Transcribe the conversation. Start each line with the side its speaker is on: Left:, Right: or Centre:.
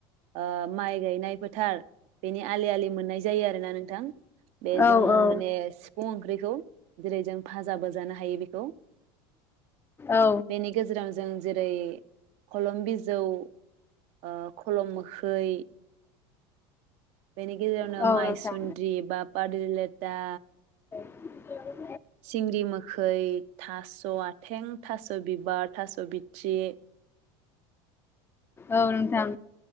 Right: ओ माइ गायनाय फोथार बेनि आलि आलि मोननाय जायो आरोना नोंथां। बेजों
Left: औ औ
Right: माने सिफुं ओंख्रि खौ जेरै जों फाजाबो जानो हायो बेखौ।
Left: औ
Right: बेनि गेजेराव जों। जेरै खलम बिजौ ओ खलम मोखै बेनि गेजेरावनो
Left: औ
Right: मायसुन्द्रि
Left: नोंथां
Right: बा पादोललेथा।
Left: <unintelligible>
Right: सिंग्रि मोखै थास आथें थास बिबार थास बिथ्रि।
Left: औ नोंथां।